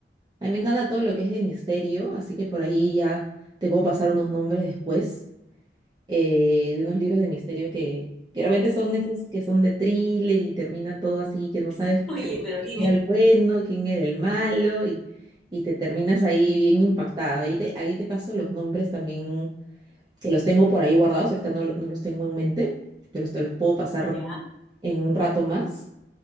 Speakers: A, on the right; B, in the centre.
A: a mí me encanta todo lo que es de misterio, así que por ahí ya te puedo pasar unos nombres después eh, de unos libros de misterio que, que realmente son esos que son de thriller y termina todo así, que no sabes
B: <laughs> Oye,
A: qué-
B: pero
A: quién
B: dime,
A: era el bueno, quién era el malo y, y te terminas ahí bien impactada. Ahí te, ahí te paso los nombres también, que los tengo por ahí guardados, ahorita no, lo- no los tengo en mente, pero te los puedo pasar
B: ¿ya? <laughs>
A: en un rato más.